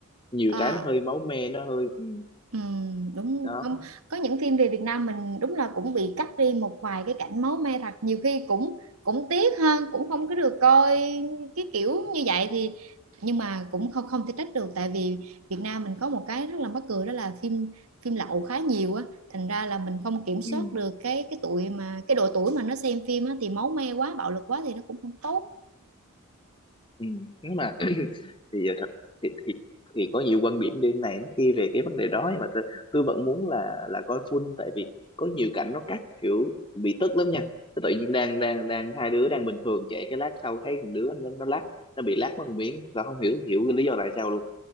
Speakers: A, on the left (about 25°); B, on the right (about 80°).
A: Nhiều
B: Ờ,
A: cái nó hơi máu me nó hơi ừ.
B: Ừ, đúng
A: đó.
B: không có những phim về Việt Nam mình đúng là cũng bị cắt đi một vài cái cảnh máu me thật nhiều khi cũng cũng tiếc hơn cũng không có được coi cái kiểu như vậy thì nhưng mà cũng không không thể trách được tại vì Việt Nam mình có một cái rất là mắc cười đó là phim phim lậu khá nhiều á thành ra là mình không kiểm soát
A: Ừ.
B: được cái cái tuổi mà cái độ tuổi mà nó xem phim á thì máu me quá bạo lực quá thì nó cũng không tốt
A: Ừ. Nhưng mà <clears throat> thì giờ thật thì, thì thì có nhiều quan điểm đi này đến kia về cái vấn đề đó nhưng mà tôi, tôi vẫn muốn là là coi full tại vì có nhiều cảnh nó cắt kiểu bị tức lắm nha Tôi tự nhiên đang đang đang hai đứa đang bình thường vậy cái lát sau thấy một đứa nó, nó lắc nó bị lắc mất một miếng và không hiểu hiểu cái lý do tại sao luôn